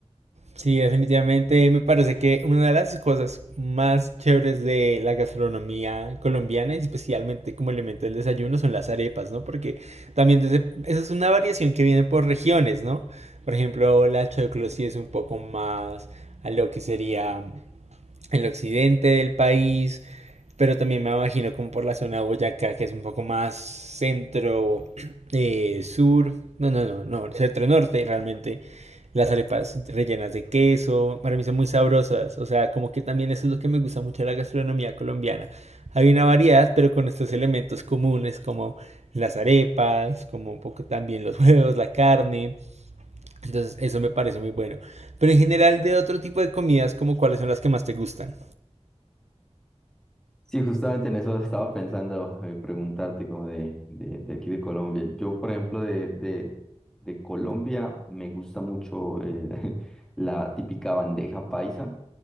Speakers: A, on the right (about 70°); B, in the centre.
A: Sí, definitivamente me parece que una de las cosas más chéveres de la gastronomía colombiana, especialmente como elemento del desayuno, son las arepas, ¿no? Porque también desde, esa es una variación que viene por regiones, ¿no? Por ejemplo, la choclo sí es un poco más a lo que sería el occidente del país, pero también me imagino como por la zona de Boyacá, que es un poco más centro, <clears throat> eh, sur, no, no, no, no, centro norte realmente. Las arepas rellenas de queso, para mí son muy sabrosas. O sea, como que también eso es lo que me gusta mucho de la gastronomía colombiana. Hay una variedad, pero con estos elementos comunes como las arepas, como un poco también los <laughs> huevos, la carne. Entonces, eso me parece muy bueno. Pero en general, de otro tipo de comidas, como cuáles son las que más te gustan.
B: Sí, justamente en eso estaba pensando, eh, preguntarte como de, de, de aquí de Colombia. Yo, por ejemplo, de, de, de Colombia me gusta mucho eh, <laughs> la típica bandeja paisa,